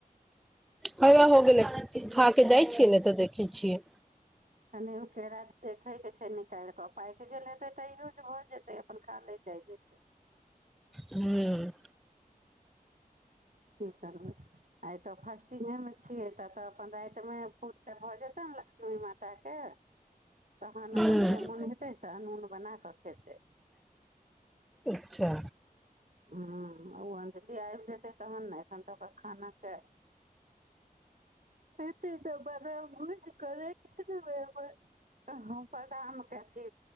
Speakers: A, in the centre; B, on the right.
A: हैया हो गेलै खा के जाइ छियै ने तऽ देखै छियै।
B: कनि ओ केरा देखे के छै, निकालि कऽ पाकि गेल हते तऽ यूज भऽ जेतेै अपन खा लै जाय जेतेै।
A: हूँ।
B: कि करबे। आइ तऽ फास्टिगें में छियै, त तऽ अपन रातिमे पूजा भऽ जेतनि ने लक्ष्मी माताके। तहन
A: हूं
B: अपन जे मोन हेतै से अनून बना कऽ खेतै।
A: अच्छा।
B: ह ओ अंजली आयब जेतै तहन ने, एखन तऽ ओकर खाना के। एतै तऽ बदाम भुइज क रैख देबै अपन। बादाम के अथी